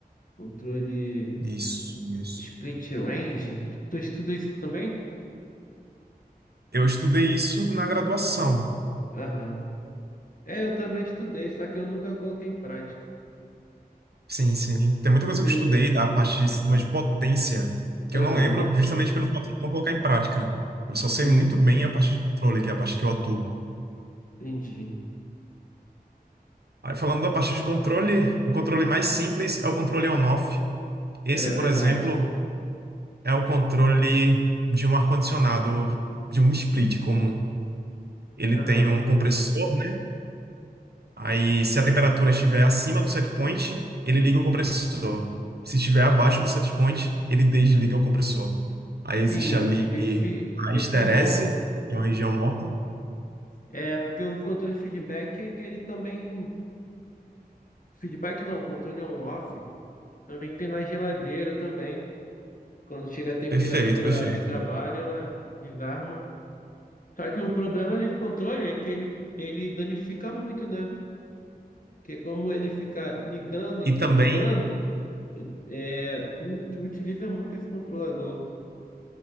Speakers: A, on the left; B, on the right.
A: controle
B: Isso, isso.
A: split range. Tu estuda isso também?
B: Eu estudei isso na graduação.
A: Aham. É, eu também estudei, só que eu nunca coloquei em prática.
B: Sim, sim. Tem muita coisa
A: Eles-
B: que eu estudei da parte de sistemas de potência que
A: Aham,
B: eu não lembro justamente pelo fato de não colocar em prática. Eu só sei
A: Sim,
B: muito bem a parte de controle, que é a parte que eu atuo.
A: entendi.
B: Aí falando da parte de controle, o controle mais simples é o controle on-off. Esse,
A: É
B: por
A: verdade.
B: exemplo, é o controle de um ar-condicionado, de um split comum. Ele
A: Aham.
B: tem um compressor, né? Aí, se a temperatura estiver acima do set point, ele liga o compressor. Se estiver abaixo do set point, ele desliga o compressor. Aí existe
A: Sim, esse,
B: ali
A: esse,
B: a
A: esse
B: esterese,
A: é bom.
B: que é uma região morta.
A: É, porque o controle de feedback é que ele também. Feedback não, controle é on-off. Também tem na geladeira também. Quando chega a temperatura
B: Perfeito, perfeito.
A: de trabalho, ela desarma. Só que o problema desse controle é que ele, ele danifica muito, né? Porque como ele fica ligando e
B: E
A: desligando,
B: também
A: é, u- utiliza muito esse controlador.